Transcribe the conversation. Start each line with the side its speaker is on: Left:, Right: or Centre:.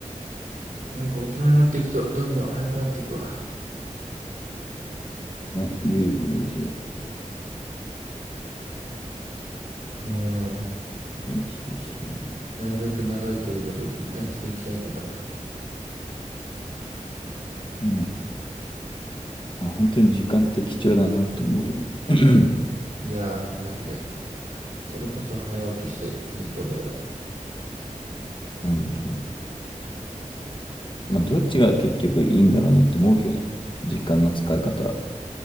Right: なんか大人になっていくとどんどん早くなっていくわ。
Left: ね、言うよね、マジで。
Right: うーん。
Left: そうそうそ
Right: なるべく長いということを実感していきたいけど。
Left: う。ね。まあ、本当に時間って貴重だなって思うよね。<clears throat>
Right: いやー、マジで。それこそ早起きしていいことだよね。
Left: 本当に。まあ、どっちが結局いいんだろうねって思うけどね。時間の使い方。